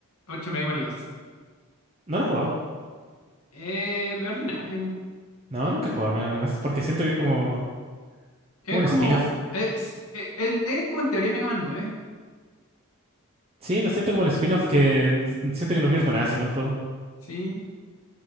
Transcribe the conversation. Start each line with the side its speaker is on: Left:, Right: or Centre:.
Left: 8 Mega Man y más.
Right: No lo he jugado.
Left: Eh, medio ordinario.
Right: No, nunca he jugado a Mega Man X, porque siento que es como,
Left: Es
Right: como un
Left: como.
Right: spin-off.
Left: Es, es, es- es como en teoría Mega Man nueve
Right: Sí, lo siento como el spin-off que n- siento que no pierdo nada si no lo juego.
Left: Sí.